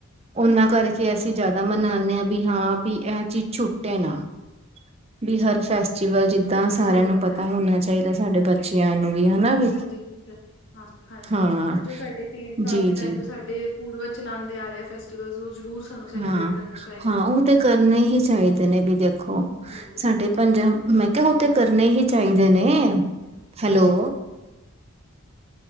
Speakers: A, on the right; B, on the left.
A: ਉਹਨਾਂ ਕਰਕੇ ਅਸੀਂ ਜ਼ਿਆਦਾ ਮਨਾਉਂਦੇ ਹਾਂ, ਵੀ ਹਾਂ ਵੀ ਇਹ ਚੀਜ਼ ਛੁੱਟੇ ਨਾ। ਵੀ ਹਰ ਫੈਸਟੀਵਲ ਜਿੱਦਾਂ ਸਾਰਿਆਂ
B: ਸਹੀ
A: ਨੂੰ
B: ਗੱਲ
A: ਪਤਾ
B: ਹੈ
A: ਹੋਣਾ ਚਾਹੀਦਾ, ਸਾਡੇ ਬੱਚਿਆਂ ਨੂੰ ਵੀ ਹੈਨਾ ਵੀ।
B: ਹੰਜੀ। <unintelligible> ਹਾਂ, ਹਾਂਜੀ,
A: ਹਾਂ
B: ਹਾਂਜੀ, ਜੋ ਸਾਡੇ ਪੀੜ ਕਾਫੀ
A: ਜੀ ਜੀ
B: ਟਾਈਮ ਤੋਂ ਸਾਡੇ ਪੂਰਵਜ ਚਲਾਉਦੇ ਆ ਰਹੈ ਹਾਂ, ਫੈਸਟੀਵਲ ਉਹ ਜਰੂਰ ਸਾਨੂੰ ਸੇਲੀਬ੍ਰੇਟ
A: ਹਾਂ
B: ਕਰਨੇ ਚਾਹੀਦੇ
A: ਹਾਂ
B: ਨੇ।
A: ਉਹ ਤੇ ਕਰਨੇ ਹੀ ਚਾਹੀਦੇ ਨੇ ਜੀ ਦੇਖੋ,
B: ਹੈਲੋ
A: ਸਾਡੇ ਪੰਜਾਬ ਮੈਂ ਕਿਹਾ ਉਹ ਤੇ ਕਰਨੇ ਹੀ। ਚਾਹੀਦਾ
B: ਹੈਲੋ
A: ਨੇ ਹੈਲੋ।